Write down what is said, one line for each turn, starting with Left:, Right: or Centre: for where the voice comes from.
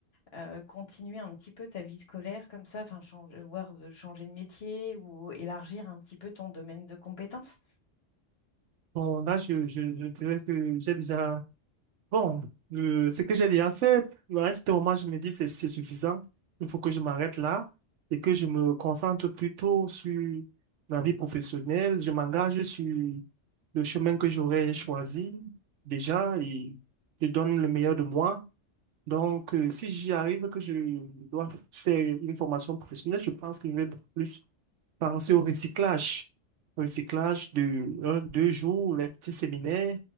Left: euh, continuer un petit peu ta vie scolaire comme ça, enfin, changer, voir de changer de métier ou élargir un petit peu ton domaine de compétences?
Right: Bon, là, je, je, je dirais que j'ai déjà. Bon, euh, ce que j'ai déjà fait, à ce moment, je me dis c'est c'est suffisant. Il faut que je m'arrête là et que je me concentre plutôt sur ma vie professionnelle. Je m'engage sur le chemin que j'aurais choisi déjà et je donne le meilleur de moi. Donc, euh, si j'y arrive que je dois faire une formation professionnelle, je pense que je vais beaucoup plus penser au recyclage. Recyclage de un, deux jours, les petits séminaires.